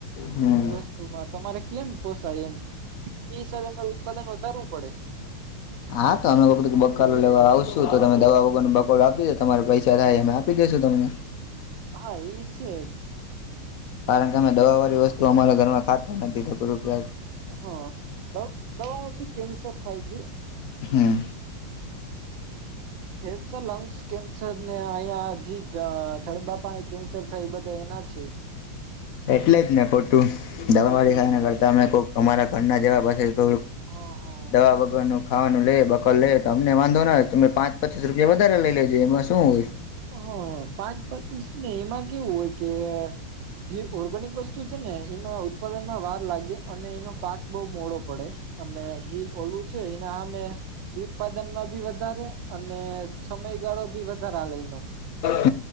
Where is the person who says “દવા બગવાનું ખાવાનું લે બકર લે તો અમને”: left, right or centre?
Left